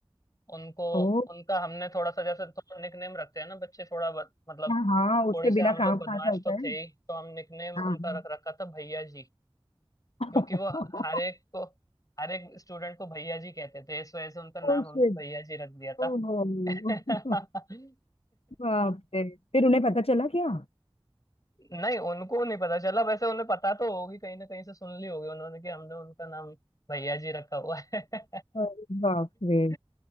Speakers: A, on the left; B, on the left.
A: उनको
B: ओ
A: उनका हमने थोड़ा सा जैसे थोड़ा निकनेम रखते हैं ना बच्चे थोड़ा ब- मतलब
B: हाँ हाँ उसके
A: थोड़े से
B: बिना
A: हम
B: काम
A: लोग बदमाश
B: कहाँ चलता
A: तो
B: है
A: थे ही तो हम निकनेम
B: हाँ
A: उनका
B: हाँ
A: रख रखा था भैया जी क्योंकि
B: <laughs>
A: वो हर एक को हर एक स्टूडेंट को भैया जी कहते थे इस वजह से उनका नाम
B: Oh,
A: हमने
B: shit.
A: भैया जी रख दिया
B: Oh,
A: था
B: <laughs>
A: <laughs>
B: बाप रे फिर उन्हें पता चला क्या
A: नहीं उनको नहीं पता चला वैसे उन्हें पता तो होगी कहीं ना कहीं से सुन ली होगी उन्होंने कि हमने उनका नाम भैया जी रखा हुआ है
B: अरे बाप रे
A: <laughs>